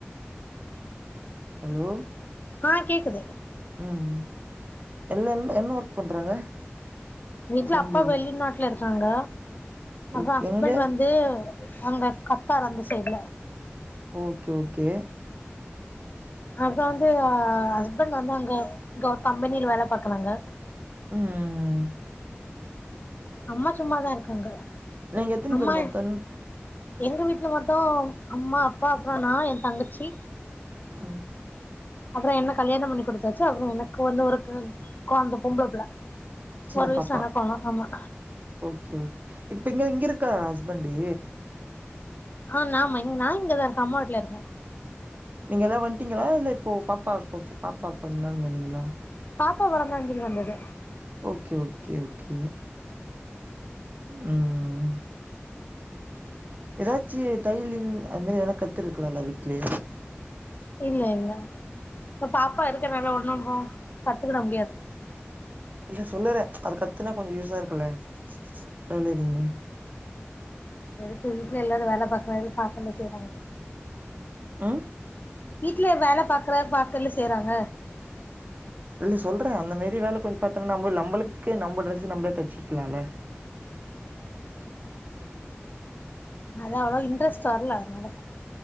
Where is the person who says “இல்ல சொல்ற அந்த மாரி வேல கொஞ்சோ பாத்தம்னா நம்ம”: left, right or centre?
Right